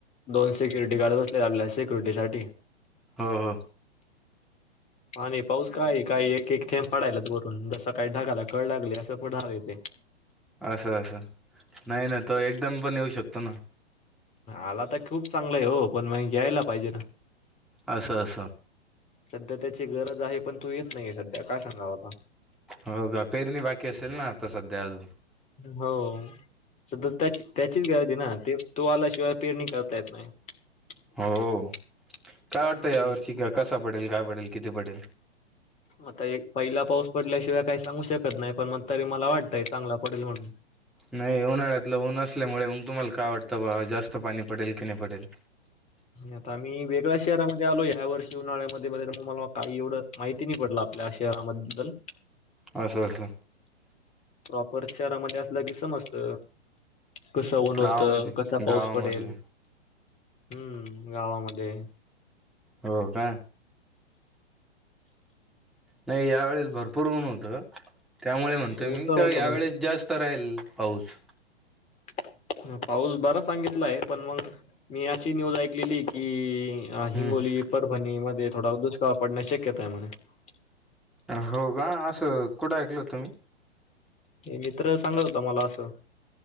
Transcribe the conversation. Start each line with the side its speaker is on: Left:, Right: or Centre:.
Left: दोन सिक्युरिटी गार्ड बसले आपल्या सिक्युरिटी साठी
Centre: हो हो
Left: आणि पाऊस काय काही एक एक थेम पडायलाच वरून जस काळी ढागायला कळ लागलीय असं पडायल ते <inaudible>
Centre: असं, असं, नाही ना तो एकदम पण येऊ शकतो ना?
Left: आला तर खूप चांगलंय वो, पण म यायला पाहिजे ना?
Centre: असं असं
Left: सध्या त्याची गरज आहे पण तो येत नाहीे सध्या काय सांगाव आता
Centre: हो का पेरणी बाकी असेल ना आता सध्याल
Left: हो सध्या त्या त्याचीच गरजय ना ते तो आल्याशिवाय पेरणी करता येत नाही. <inaudible>
Centre: हो काय वाटतंय
Left: आणि
Centre: यावर्षी का कसा पडेल? काय पडेल? किती पडेल?
Left: आता एक पहिला पाऊस पडल्याशिवाय काही सांगू शकत नाही. पण मग तरी मला वाटतंय चांगला पडेल म्हणून
Centre: नाही उन्हाळ्यातलं ऊन असल्यामुळे मग तुम्हाला काय वाटतं बाॅ जास्त पाणी पडेल की नाही पडेल?
Left: आता आम्ही वेगळ्या शहरामध्ये आलो ह्या वर्षी उन्हाळ्यामध्ये मग मला काही एवढं माहिती नाही पडलं आपल्या शहराबद्दल-
Centre: असं असं
Left: प्रॉपर शहरामध्ये असलं की समजत. कसं ऊन होत,
Centre: गावामध्ये
Left: कसा पाऊस
Centre: गावामध्ये
Left: पडेल? हम्म गावामध्ये
Centre: हो का! नाही यावेेळेस भरपूर ऊन होतं. त्यामुळे म्हणतोय
Left: ऊन
Centre: मी
Left: तर
Centre: का
Left: होत
Centre: यावेेळेस
Left: म्हणजे
Centre: जास्त राहील पाऊस
Left: <unintelligible> पाऊस बरच सांगितला आहे पण मग मी अशी न्यूज ऐकलेली की
Centre: हम्म
Left: हिंगोली परभणी मध्ये थोडा दुष्काळ पडण्या शक्यता आहे मध्ये
Centre: हो का असं कुठं ऐकलं होतं मी
Left: मित्र सांगत होता मला असं